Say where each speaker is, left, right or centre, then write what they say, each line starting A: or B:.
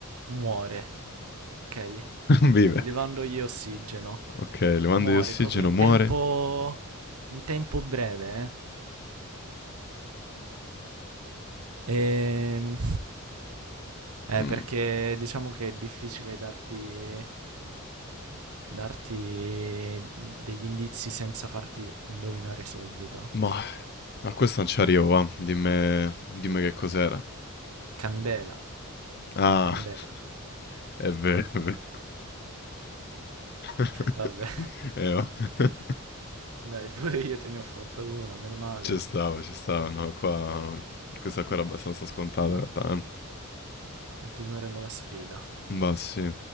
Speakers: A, on the right; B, on the left.
A: muore, ok?
B: <laughs> vive.
A: Levandogli ossigeno.
B: Ok, le mando
A: Muore
B: di ossigeno,
A: proprio in
B: muore.
A: tempo... in tempo breve, eh. Ehm... Eh,
B: Mm,
A: perché diciamo che è difficile darti darti degli indizi senza farti indovinare subito.
B: Ma a questo non ci arrivo, va. Dimmi, dimmi che cos'era.
A: Candela,
B: Ah,
A: la candela.
B: <laughs> è vero, è vero. <laughs>
A: Vabbè,
B: Eh, oh. <laughs>
A: <laughs> dai, pure io te ne ho fatta una, meno male.
B: Ci stava, ci stava, no, qua... Questa qua
A: Mm,
B: era abbastanza scontata in
A: ah,
B: realtà. eh.
A: continueremo la sfida.
B: Ma sì.